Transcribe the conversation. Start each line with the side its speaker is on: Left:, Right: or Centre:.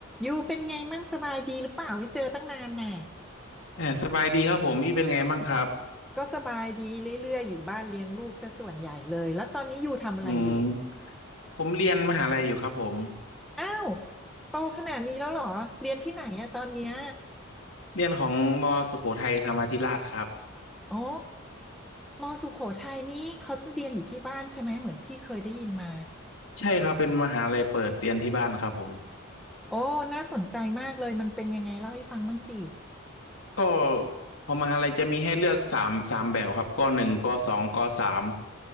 Centre: ยูเป็นไงมั่งสบายดีหรือเปล่าไม่เจอตั้งนานแน่
Left: เออสบายดีครับผมพี่เป็นไงบ้างครับ
Centre: ก็สบายดีเรื่อยๆอยู่บ้านเลี้ยงลูกซะส่วนใหญ่เลยแล้วตอนนี้ยูทำอะไรอยู่
Left: อืมผมเรียนมหาลัยอยู่ครับผม
Centre: อ้าวโตขนาดนี้แล้วเหรอเรียนที่ไหนอะตอนเนี้ย
Left: <laughs> เรียนของมสุโขทัยธรรมาธิราชครับ
Centre: อ๋อมอสุโขทัยนี้เขาเรียนอยู่ที่บ้านใช่ไหมเหมือนพี่เคยได้ยินมา
Left: ใช่ครับเป็นมหาลัยเปิดเรียนที่บ้านครับผม
Centre: โอ้น่าสนใจมากเลยมันเป็นยังไงเล่าให้ฟังบ้างสิ
Left: ก็ของมหาลัยจะมีให้เลือกสามสามแบบครับกหนึ่งกสองกสาม